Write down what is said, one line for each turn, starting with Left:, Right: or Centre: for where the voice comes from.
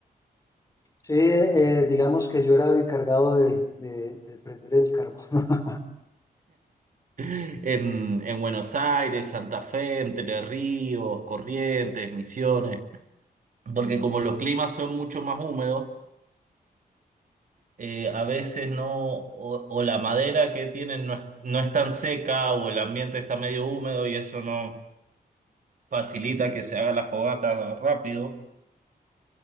Left: Sí, eh, digamos que yo era el encargado de, de- de prender el carbón. <laughs>
Right: En, en Buenos Aires, Santa Fe, Entre Ríos, Corrientes, Misiones, porque como los climas son mucho más húmedos, eh, a veces no, o, o la madera que tienen no es, no es tan seca o el ambiente está medio húmedo y eso no facilita que se haga la fogata rápido.